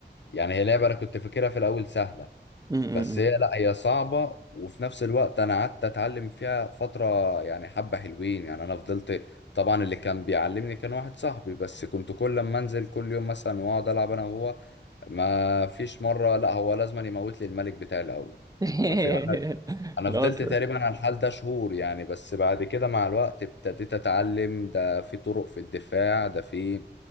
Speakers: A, on the left; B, on the right.
A: يعني هي لعبه انا كنت فاكرها في الاول سهله
B: م- م-
A: بس
B: م.
A: هي لا هي صعبة وفي نفس الوقت أنا قعدت أتعلم فيها فترة يعني حبة حلوين يعني أنا فضلت طبعا اللي كان بيعلمني كان واحد صاحبي بس كنت كل ما أنزل كل يوم مثلا وأقعد ألعب أنا وهو ما فيش مرة لا هو لازم يموت لي الملك بتاعي الأول
B: <laughs>
A: ما في أنا أنا
B: اللي
A: فضلت
B: هو ت-
A: تقريبا على الحال ده شهور يعني بس بعد كده مع الوقت ابتديت أتعلم ده في طرق في الدفاع ده في